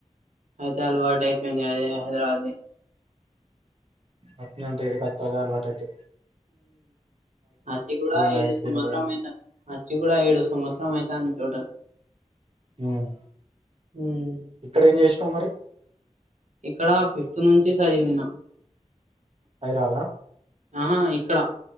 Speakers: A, on the right; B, on the right.
A: అయితే అలవాటు అయిపోయింది అదే హైదరాబాద్ ది
B: అట్నే ఉంట ఈడి కొత్తే అదే అలవాటు అయితే
A: అచ్చి కూడ
B: నైట్
A: ఐదో సంవత్సరం
B: తినడం
A: అయితా వచ్చి కూడా ఏడో సంవత్సరం అయితంది టోటల్
B: హ్మ్
A: ఉమ్.
B: ఇక్కడ ఏం చేసినావు మరి
A: ఇక్కడ ఫిఫ్త్ నుంచి చదివిన
B: హైర్లానా
A: ఆ హా ఇక్కడ